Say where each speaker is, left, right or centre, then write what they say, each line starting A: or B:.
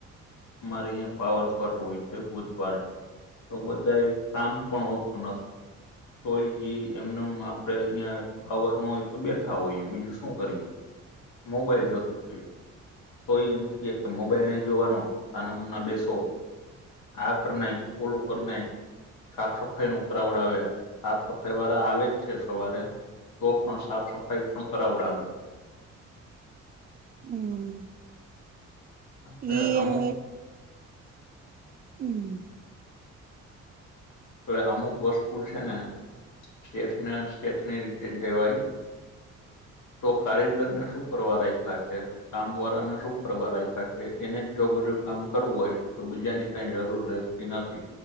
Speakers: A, on the left; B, on the right.
A: અમારે અહં પાવર કટ હોય છે બુધવારે. તો બધા કામ પણ હોતું નથી. તોય જ એમને આપડે અહિયાં પાવર ન હોય તો બેઠા હોઈએ બીજું શું કરીએ. મોબાઈલ જોતો હોઈએ તોય એ મૂકીએ કે મોબાઈલ ન જોવાનો સાનામૂના બેસો. આ કર નાય કોલ ઉપર નાય સાફ સફાઈ નું કરઉડ આવ્યા. સાફ સફાઈ વાળા આવે જ છે સવારે તો પણ સાફ સફાઈ પણ કરાવડાવે
B: હમ
A: અ
B: ઈ
A: અમુક
B: એનું એક હમ
A: એટલે અમુક વસ્તુ છે ને શેઠને શેઠની રીતે જ રેવાય. તો કારીગર ને શું કરવા દાખ્યા છે. કામ વાળા ને શું કરવા રાખ્યા છે એને જ જો બધું કામ કરવું હોય તો બીજાની કઈ જરૂર રહે. તે નથી